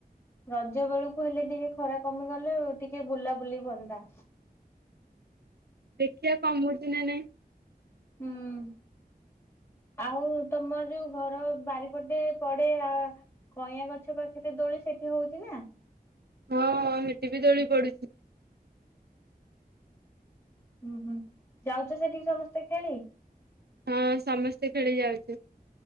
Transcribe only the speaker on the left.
ରଜ ବେଳକୁ ହେଲେ ଟିକେ ଖରା କମିଗଲେ ଟିକେ ବୁଲାବୁଲି ହୁଅନ୍ତା।
ହୁଁ ଆଉ ତମର ଯୋଉ ଘର ବାରିପଟେ ପଡେ ଆ କଇଁଆ ଗଛ ପାଖରେ ଦୋଳି ସେଠି ହଉଛି ନା।
ହୁଁ ହୁଁ ଯାଉଛ ସେଠିକି ସମସ୍ତେ ଖେଳି।